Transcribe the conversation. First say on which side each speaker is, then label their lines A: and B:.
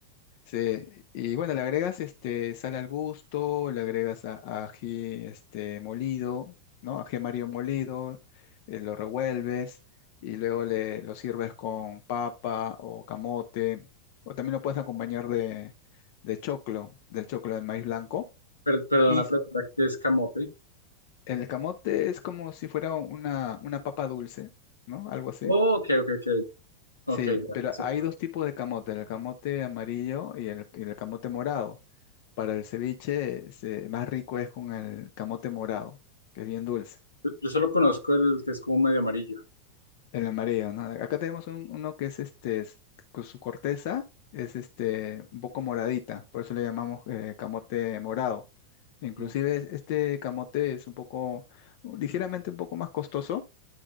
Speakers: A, on the left; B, on the left.
A: Sí, y bueno, le agregas este sal al gusto, le agregas a, a ají este molido, ¿no? Ají amarillo molido, eh, lo revuelves y luego le lo sirves con papa o camote, o también lo puedes acompañar de, de choclo, del choclo del maíz blanco.
B: Per- perdón
A: Y
B: la pregunta, ¿qué es camote?
A: el camote es como si fuera una, una papa dulce, ¿no? Algo así.
B: Oh, ok, ok, ok. Ok,
A: Sí,
B: ya-
A: pero
B: ya sé
A: hay
B: cuál.
A: dos tipos de camote, el camote amarillo y el, y el camote morado. Para el ceviche, este, más rico es con el camote morado, que es bien dulce.
B: Yo solo conozco el que es como medio amarillo.
A: El amarillo, ¿no? Acá tenemos un- uno que es este, es- con su corteza es este, un poco moradita, por eso le llamamos eh, camote morado. Inclusive
B: Mm.
A: es- este camote es un poco, ligeramente un poco más costoso